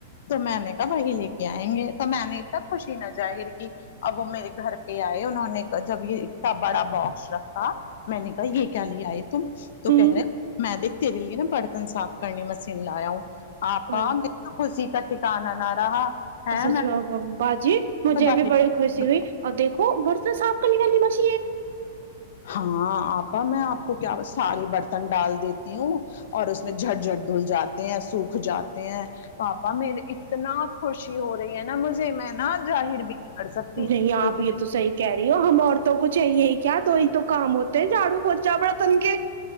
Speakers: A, on the left (about 60°); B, on the right (about 70°).
A: تو میں نے کہا وہی لے کے ائیں گے تو میں نے اتنا خوشی نہ ظاہر کی اب وہ میرے گھر پہ ائے انہوں نے جب یہ اتنا بڑا باکس رکھا میں نے کہا یہ کیا لے ائے تم تو
B: ہوں
A: کہہ رہے میں دیک تیرے لیے نا برتن صاف کرنی مشین لایا ہوں آپا
B: اور
A: خوشی کا ٹکانا نہ رہا ہے
B: سچ باجی مجھے
A: میں
B: بھی بڑی خوشی ہوئی اور دیکھو برتن صاف کرنے والی مشین
A: ہاں آپا میں اپ کو کیا سارے برتن ڈال دیتی ہوں اور اس میں جھٹ جھٹ دھل جاتے ہیں سوکھ جاتے آپا مے اتنا خوش جی ہو رہی ہے نا مجھے میں نہ ظاہر بھی نہیں کر سکتی
B: نہیں
A: کیوکہ
B: آپ یہ تو صحیح کہہ ہم عورتوں کو چاہیے کیا تو ہی تو کام ہوتے ہیں جھاڑو پوچا بڑتن کے